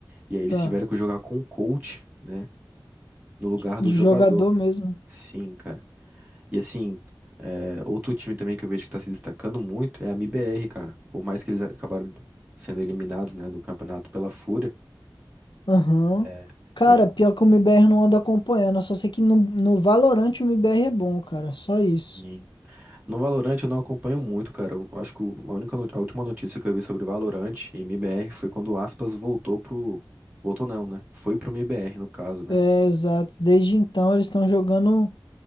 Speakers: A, on the right; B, on the left.
A: E aí eles
B: tá.
A: tiveram que jogar com o coach, né? No lugar
B: De
A: do jogador.
B: jogador mesmo.
A: Sim, cara. E assim, é, outro time também que eu vejo que tá se destacando muito é a MBR, cara. Por mais que eles acabaram sendo eliminados, né, do campeonato pela Fúria.
B: Aham.
A: É,
B: Cara,
A: é um time
B: pior que o MBR não anda acompanhando. Eu só sei que no, no Valorant o MBR é bom, cara. Só isso.
A: que- No Valorant eu não acompanho muito, cara. Eu acho que o- a única, no- a última notícia que eu vi sobre Valorant e MBR foi quando o Aspas voltou pro. Voltou não, né? Foi pro MBR, no caso, né?
B: É, exato. Desde então eles estão jogando